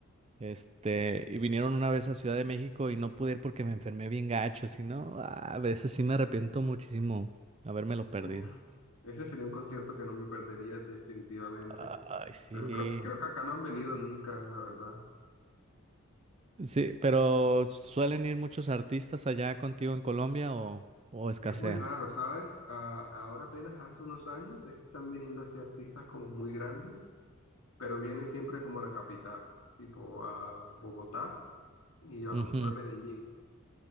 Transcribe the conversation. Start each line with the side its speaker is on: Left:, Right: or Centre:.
Right: Este, y vinieron una vez a Ciudad de México y no pude ir porque me enfermé bien gacho, si no, ah, a veces sí me arrepiento muchísimo habérmelo perdido.
Left: Uf, ese sería un concierto que no me perdería definitivamente.
Right: Ay, sí.
Left: Pero creo, creo que acá no han venido nunca, la verdad.
Right: Sí, pero ¿suelen ir muchos artistas allá contigo en Colombia o, o escasea?
Left: Es muy raro, ¿sabes? A- ahora apenas hace unos años es que están viniendo así artistas como muy grandes, pero viene siempre como a la capital, tipo a Bogotá y a
Right: Ujú,
Left: lo mejor Medellín.